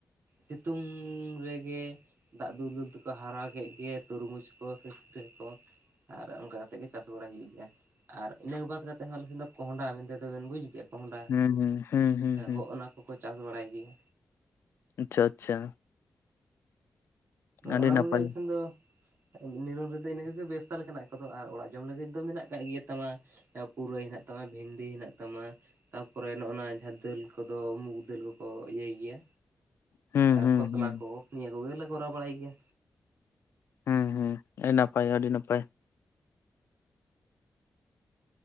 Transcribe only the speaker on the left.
ᱦᱩᱸ ᱦᱩᱸ ᱦᱩᱸ ᱦᱩᱸ
ᱟᱪᱪᱷᱟ ᱟᱪᱪᱷᱟ᱾ ᱟᱹᱰᱤ
ᱱᱟᱯᱟᱭ
ᱦᱩᱸ
ᱦᱩᱸ
ᱦᱩᱸ
ᱦᱩᱸ ᱦᱩᱸ, ᱟᱹᱰᱤ ᱱᱟᱯᱟᱭ ᱟᱹᱰᱤ ᱱᱟᱯᱟᱭ᱾